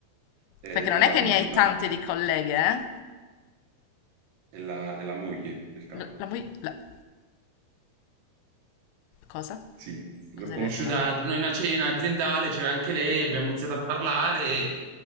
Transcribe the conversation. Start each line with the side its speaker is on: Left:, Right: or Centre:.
Right: è
Left: Perché
Right: la,
Left: non è che
Right: è
Left: ne hai
Right: la,
Left: tante di colleghe, eh?
Right: è la, è la- capa.
Left: La, la moglie- la- cosa?
Right: sì. L'ho
Left: Cosa
Right: conosciuta
Left: hai detto?
Right: ad una una cena aziendale, c'era anche lei, abbiamo iniziato a parlare e,